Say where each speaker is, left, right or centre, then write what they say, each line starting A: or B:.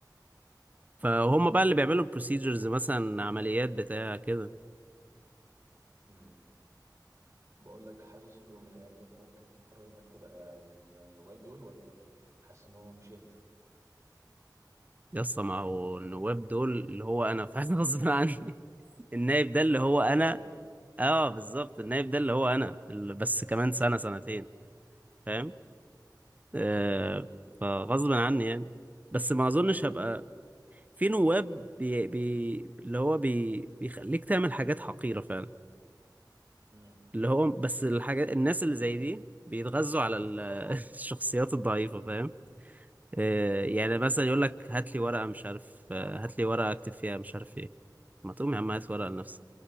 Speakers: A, on the right; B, on the right.
A: فهم بقى اللي بيعملوا البروسيجرز مثلا
B: حاسس في يوم
A: عمليات
B: من الايام
A: بتاع كده
B: مم. بقول لك حاسس في يوم من الايام اللي انت ممكن تقرر انك تبقى من النواب دول ولا حاسس ان هو مش انت
A: يا اسطى ما هو النواب دول اللي هو انا <laughs> فاهم غصب عني النايب ده
B: انت
A: اللي
B: كده
A: هو
B: كده
A: انا
B: هتبقى كده
A: اه بالظبط النايب ده اللي هو انا اللي بس كمان سنة سنتين فاهم آه فغصب عني يعني بس ما اظنش هبقى في نواب بي... بي... اللي هو بي... بيخليك تعمل حاجات حقيرة فعلا
B: مم.
A: اللي هو بس الحاجات الناس اللي زي دي بيتغذوا على ال- <laughs> الشخصيات الضعيفة فاهم آه،
B: اوكي
A: يعني مثلا يقول لك هات لي ورقة مش عارف آه، هات لي ورقة اكتب فيها مش عارف ايه ما تقوم يا عم هات ورقة لنفسك